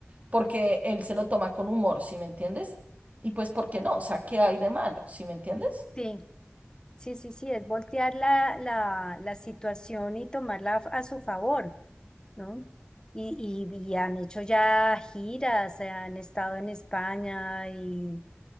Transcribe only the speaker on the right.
porque él se lo toma con humor, ¿sí me entiendes? Y pues, ¿por qué no? O sea, ¿qué hay de malo? ¿Sí me entiendes?